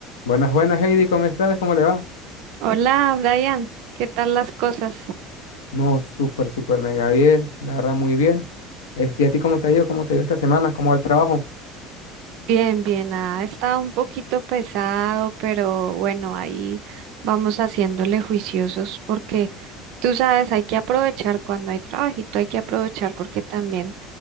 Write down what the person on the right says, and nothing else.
Hola, Brian, ¿qué tal las cosas?
Bien, bien, ha estado un poquito pesado, pero bueno, ahí vamos haciéndole juiciosos porque tú sabes, hay que aprovechar cuando hay trabajito, hay que aprovechar porque también